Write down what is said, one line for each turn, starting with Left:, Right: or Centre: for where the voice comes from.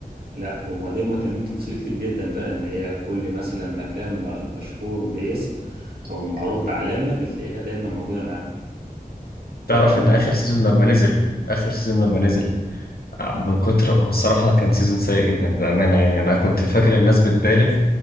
Right: لا وبعدين مهتمين بتفاصيل كتير جدا بقى ان هي كل مثلا مكان مش- مشهور باسم او معروف بعلامة بتلاقيها دايما موجودة معاهم يعني
Left: تعرف إن آخر سيزون لما نزل آخر سيزون لما نزل آه، من كتر هو الصراحة كان سيزون سيء جدا بأمانة يعني أنا كنت فاكر الناس بتبالغ